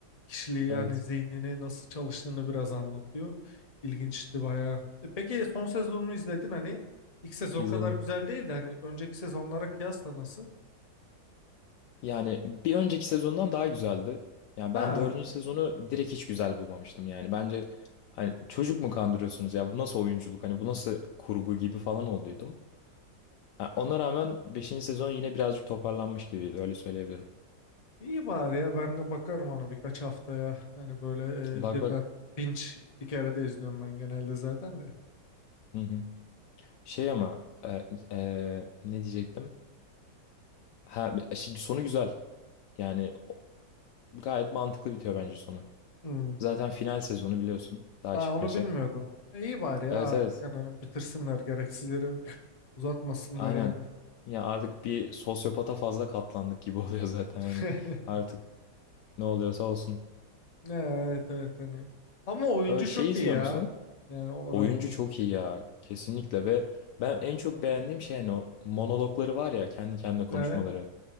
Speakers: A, on the left; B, on the left.
A: kişiliği yani
B: Evet
A: zihnini nasıl çalıştığını biraz anlatıyor. İlginçti bayağı. E peki son sezonunu izledin hani ilk sezon
B: izledim.
A: kadar güzel değil de hani önceki sezonlara kıyasla nasıl?
B: Yani bir önceki sezondan daha güzeldi. Yani
A: Ha
B: ben dördüncü sezonu direkt hiç güzel bulmamıştım. Yani bence hani çocuk mu kandırıyorsunuz ya bu nasıl oyunculuk hani bu nasıl kurgu gibi falan olduydum. Ha, ona rağmen beşinci sezon yine birazcık toparlanmış gibiydi öyle söyleyebilirim.
A: iyi bari ya ben de bakarım ona birkaç haftaya hani böyle
B: Bak
A: e, birden
B: bak
A: binge bir kere de izliyorum ben genelde zaten de.
B: hı hı. Şey ama e, e, ne diyecektim? Ha, şimdi sonu güzel. Yani o- gayet mantıklı bitiyor bence sonu.
A: Hmm.
B: Zaten final sezonu biliyorsun daha
A: Aa,
B: çıkmayacak.
A: onu bilmiyordum. E, iyi bari ya
B: Evet
A: artık
B: evet
A: hani bitirsinler gereksiz yere uzatmasınlar
B: Aynen.
A: yani.
B: Ya artık bir sosyopata fazla katlandık gibi <laughs> oluyor zaten
A: <laughs>
B: yani. Artık ne oluyorsa olsun.
A: Ne, Evet evet hani. Ama oyuncu
B: Ee, şey
A: çok
B: izliyor
A: iyi ya.
B: musun?
A: Yani oranın.
B: Oyuncu çok iyi ya. Kesinlikle ve ben en çok beğendiğim şey hani o monologları var ya kendi kendine konuşmaları.
A: E,